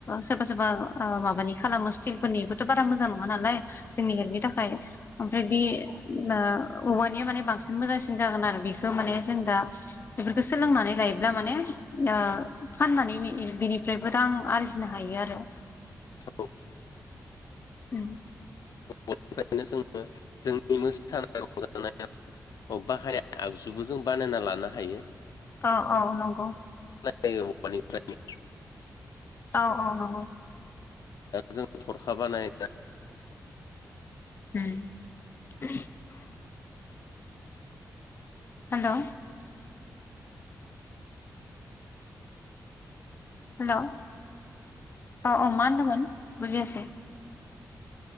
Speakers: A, on the left; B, on the left.
A: सोरबा सोरबा ओ माबानि खालामो स्तिलफोरनिआबोथ' बारा मोजां नङा नालाय जोंनि हेल्थनि थाखाय थाखाय ओमफ्राय बे ओ औवानिया माने बांसिन मोजांसिन जागोन आरो बेखौ माने जों दा बेफोरखौ सोलोंनानै लायोब्ला माने ओ फाननानै बिनिफ्रायबो रां आरजिनो हायो आरो।
B: औ
A: उ
B: निफ्रायनो जोङो जोंनि मोसानाय रंजानाया अब बाहाया आगजुबो जों बानायना लानो हायो।
A: औ औ नंगौ।
B: जायो औवानिफ्राय
A: औ औ नंगौ।
B: जों थरखा बानाय
A: हु हेल' हेल' अ अ मा होनदोंमोन बुजियासै?